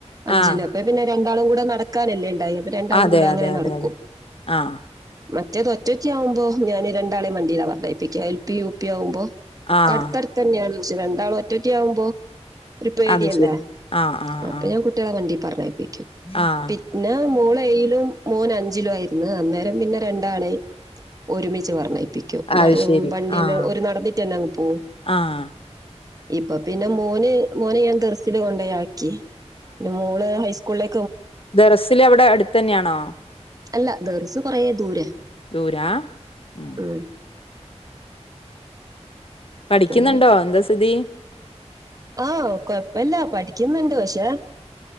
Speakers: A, on the right; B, on the left.
A: അഞ്ചില്.
B: ആഹ്
A: അപ്പൊ പിന്നെ രണ്ടാളും കൂടെ നടക്കാനല്ലേ ണ്ടായേ അപ്പൊ രണ്ടാളും
B: അതെ
A: കൂടെ അങ്ങനെ
B: അതെ അതെ
A: നടക്കും.
B: അതെ ആഹ്
A: മറ്റേത് ഒറ്റൊറ്റയാവുമ്പോ ഞാന് രണ്ടാളേം വണ്ടിയിലാ പറഞ്ഞയപ്പിക്ക എൽ പി യു പി ആവുമ്പോ
B: ആഹ്
A: അടുത്തടുത്ത് തന്നെയാണന്നോച്ച് രണ്ടാളും ഒറ്റയൊറ്റ ആവുമ്പോ ഒരു പേടിയല്ലേ...
B: അത് ശരി. ആഹ് ആഹ്
A: അപ്പൊ
B: ആഹ്
A: ഞാൻ കുട്ടികളെ വണ്ടീ പറഞ്ഞയപ്പിക്കും
B: ആഹ്
A: പിന്നെ മോളെ ഏയിലും മോന് അഞ്ചിലും ആയിരുന്നു. അന്നേരം പിന്നെ രണ്ടാളേം ഒരുമിച്ച് വറ ത്തിക്കും നടന്ന്
B: അത് ശരി.
A: വണ്ടീല്
B: ആഹ്
A: ഓര് നടന്നിട്ടന്നെ അങ്ങ് പോകും.
B: ആഹ്
A: ഇപ്പൊ പിന്നെ മോന് മോനെ ഞാൻ ദർസില് കൊണ്ടോയാക്കി പിന്നെ മോള് ഹൈസ്കൂളിലേ
B: ദർസില് അവിടെ അടുത്തന്നെയാണോ?
A: അല്ല ദർസ് കൊറേ ദൂരെ.
B: ദൂരാ..? ഉം
A: ഉം
B: പഠിക്കുന്നുണ്ടോ
A: പിന്നെ
B: എന്താ സ്ഥിതി?
A: ആ കൊഴപ്പില്ല പഠിക്കുന്നുണ്ട്. പക്ഷേ